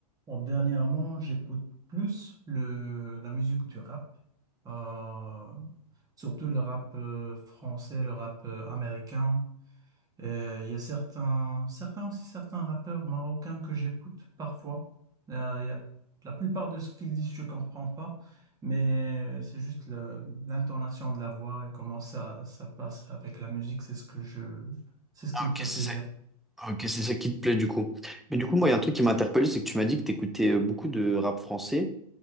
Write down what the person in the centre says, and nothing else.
Ah,
ok,
c'est ça. Ok, c'est ça qui te plaît du coup. Mais du coup, moi, il y a un truc qui m'a interpellé, c'est que tu m'as dit que t'écoutais euh, beaucoup de rap français.